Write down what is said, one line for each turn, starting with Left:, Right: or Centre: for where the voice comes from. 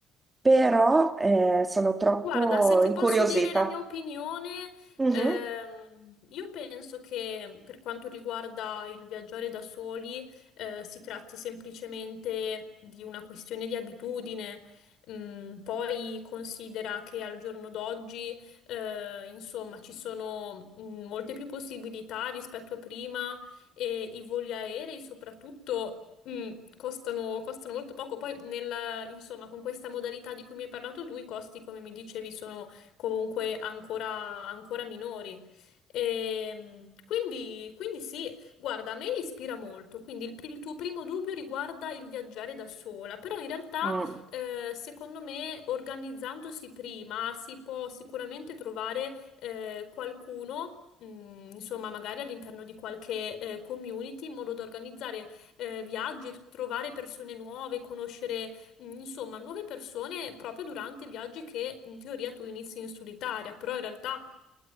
Right: però eh, sono troppo
Left: Guarda, se ti
Right: incuriosita.
Left: posso dire la mia opinione,
Right: Mhm.
Left: ehm, io penso che per quanto riguarda il viaggiare da soli, eh, si tratti semplicemente di una questione di abitudine. Mm, poi considera che al giorno d'oggi, eh, insomma, ci sono mm, molte più possibilità rispetto a prima e i voli aerei soprattutto mm, costano, costano molto poco. Poi, nel- insomma, con questa modalità di cui mi hai parlato tu, i costi, come mi dicevi, sono comunque ancora, ancora minori. Ehm, quindi, quindi sì, guarda, a me ispira molto. Quindi il, pri- il tuo primo dubbio riguarda il viaggiare da sola, però in realtà
Right: Mm.
Left: eh, secondo me, organizzandosi prima si può sicuramente trovare eh, qualcuno. mh, Insomma, magari all'interno di qualche eh, community in modo da organizzare eh, viaggi, trovare persone nuove, conoscere mh, insomma nuove persone proprio durante viaggi che in teoria tu inizi in solitaria, però in realtà